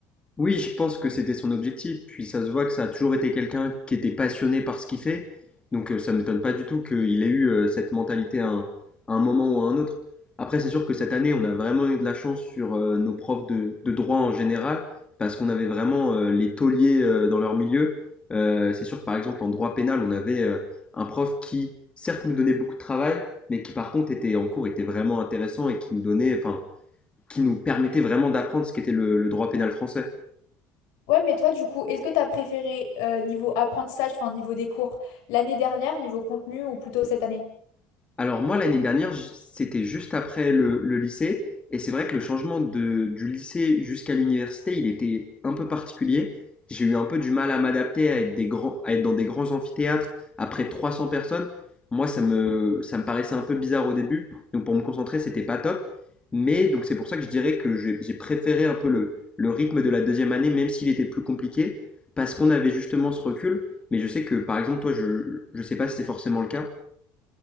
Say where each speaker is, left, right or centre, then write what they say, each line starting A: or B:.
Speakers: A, on the left; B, on the left.
A: Oui, je pense que c'était son objectif, puis ça se voit que ça a toujours été quelqu'un qui était passionné par ce qu'il fait, donc euh, ça ne m'étonne pas du tout qu'il ait eu euh, cette mentalité à un, à un moment ou à un autre. Après, c'est sûr que cette année, on a vraiment eu de la chance sur euh, nos profs de, de droit en général, parce qu'on avait vraiment euh, les tauliers euh, dans leur milieu. Euh, c'est sûr que par exemple, en droit pénal, on avait euh, un prof qui, certes, nous donnait beaucoup de travail, mais qui par contre était en cours était vraiment intéressant et qui nous donnait, enfin, qui nous permettait vraiment d'apprendre ce qu'était le, le droit pénal français.
B: Ouais, mais toi, du coup, est-ce que tu as préféré euh, niveau apprentissage, enfin niveau des cours, l'année dernière, niveau contenu ou plutôt cette année?
A: Alors moi, l'année dernière, j- c'était juste après le, le lycée, et c'est vrai que le changement de- du lycée jusqu'à l'université, il était un peu particulier. J'ai eu un peu du mal à m'adapter à être des grands, à être dans des grands amphithéâtres après 300 personnes. Moi, ça me, ça me paraissait un peu bizarre au début, donc pour me concentrer, c'était pas top. Mais donc c'est pour ça que je dirais que j'ai j'ai préféré un peu le, le rythme de la deuxième année, même s'il était plus compliqué, parce qu'on avait justement ce recul. Mais je sais que, par exemple, toi, je, je sais pas si c'est forcément le cas.